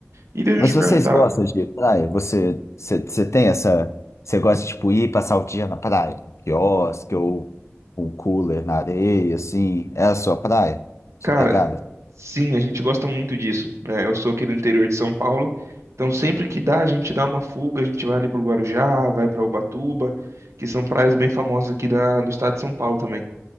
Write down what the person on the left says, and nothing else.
Mas
se
vocês gostam de praia, você, você, você tem essa. Você gosta de tipo, ir passar o dia na praia? Um quiosque ou um cooler na areia, assim? É a sua praia? Sua
pegada?